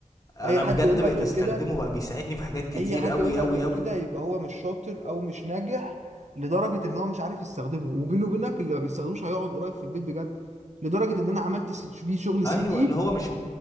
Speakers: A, on the left; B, on the right.
A: انا
B: اي حد
A: بجد
B: يقول
A: بقيت
B: لك غير
A: استخدمه
B: كده
A: بقى بيساعدني في حاجات كتير
B: اي حد
A: قوي
B: يقول لك
A: قوي
B: غير
A: قوي
B: كده يبقى هو مش شاطر او مش ناجح لدرجه ان هو مش عارف يستخدمه وبينه وبينك اللي ما بيستخدموش هيقعد قريب في البيت بجد لدرجه ان انا عملت س- بيه شغل
A: ايوه
B: 3 دي
A: اللي هو مش